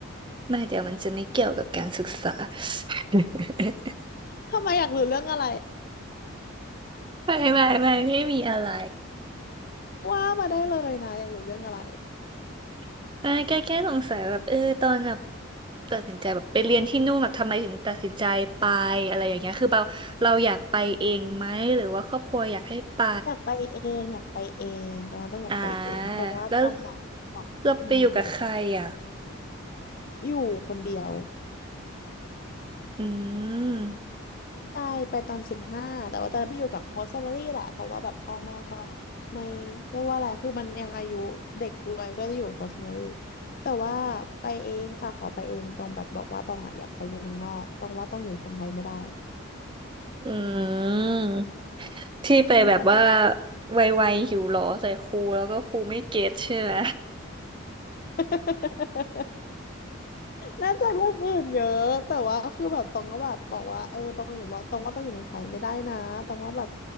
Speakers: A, on the right; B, on the left.
A: ไม่เดี๋ยวมันจะไม่เกี่ยวกับการศึกษา <laughs>
B: ทำไมอยากรู้เรื่องอะไร
A: ไม่ไม่ไม่ไม่มีอะไร
B: <laughs> ว่ามาได้เลยนะอยากรู้เรื่องอะไร
A: <laughs> ไม่แค่แค่สงสัยแบบเออตอนแบบตัดสินใจแบบไปเรียนที่นู่นแบบทำไมถึงตัดสินใจไปอะไรอย่างเงี้ยคือเราเราอยากไปเองไหมหรือว่าครอบครัวอยากให้ไป
B: อยากไปเองอยากไปเองตอนนั้นต้องอยากไปเองเพราะว่าต้องแบบบอกอืม
A: อ่าแล้วเราไปอยู่กับใครอ่ะ
B: อยู่คนเดียว
A: อืม
B: ใช่ไปตอนสิบห้าแต่ว่าตอนนั้นไปอยู่กับโฮสต์แมลี่แหละเพราะว่าแบบพ่อแม่ก็ไม่เรียกว่าอะไรคือมันยังอายุเด็กด้วยก็อยู่โฮสต์แลี่แต่ว่าไปเองค่ะขอไปเองต้องแบบบอกว่าต้องอะอยากไปเรียนเมืองนอกต้องว่าต้องอยู่คนไทยไม่ได้
A: อืม ที่ไปแบบว่า
B: พ่อแม่ก็แบบ
A: ไวๆหิวหรอใส่ครูแล้วก็ครูไม่เก็ตใช่ไหม
B: <laughs> น่าจะเรื่องอื่นเยอะแต่ว่าคือแบบตองก็แบบบอกว่าเออตองอยู่ว่าตองว่าตองอยู่เมืองไทยไม่ได้นะตองว่าแบบ